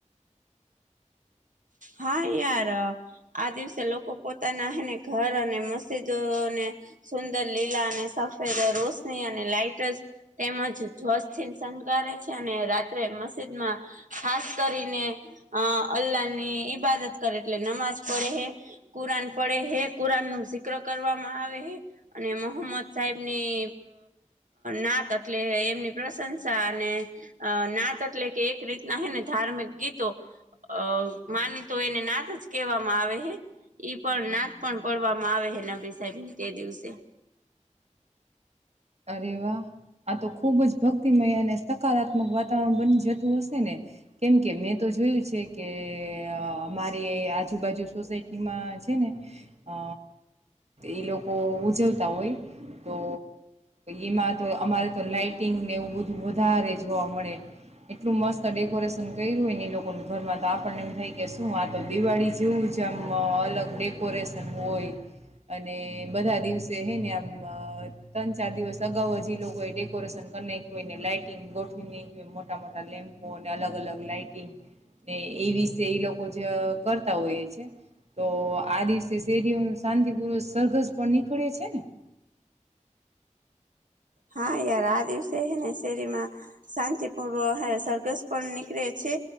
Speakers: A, on the right; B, on the right.
A: હા યાર આ દિવસે લોકો પોતાના હને ધર અને મસ્જિદને સુંદર લીલા અને રોશની અને લાઇટ તેમજ ધ્વજ થી શણગારે છે અને રાત્રે મસ્જિદમાં ખાસ કરીને અ અલ્લાહની ઈબાદત કરે એટલે નમાજ પડે હે કુરાન પડે હે કુરાન નું સિક્ર કરવામાં આવે અને મોહમ્મદ સાહેબની નાત એટલે એમની પ્રશંસા અને અ નાત એટલે કે એક રીતના હે ને ધાર્મિક ગીતો અ માની તો એને નાથ જ કહેવામાં આવે હ ઈ પણ નાત પણ પડવામાં આવે હે નબરી સાહેબ ની તે દિવસે
B: અરે વાહ આ તો ખુબ જ ભક્તિમય અને સકારાત્મક વાતાવરણ બની જતું હશે ને કેમ કે મેં તો જોયું છે કે અમારે આજુબાજુ સોસાયટીમાં છે ને અ એ લોકો ઉજવતા હોય તો તો એમાં તો અમારે તો લાાઈટિંગને એવું બધું વધારે જોવા મળે એટલું મસ્ત ડેકોરેશન કર્યું હોયને એ લોકો ઘરમાં તો આપણને એમ થાય કે શું આ તો દિવાળી જેવું જમ અલગ ડેકોરેસન હોય. અને બધા દિવસે હે ને આમ તન ચાર દિવસ અગાઉ જ લોકોએ ડેકોરેશન કરીને કોઈને લાઈટિંગ ગોઠવીનેય મોટા મોટા લેમ્પો અલગ અલગ લાઈટિંગ ને એ. વિશે એ લોકો જ કરતા હોય છે તો આ દિવસે શેરીઓનું શાંતિપૂર્વક સરઘસ પણ નીકળે છે ને? <unintelligible>
A: હા યાર આ દિવસે ને શેરીમાં શાં તિપૂર્વ સરઘસ પણ નીકળે છે.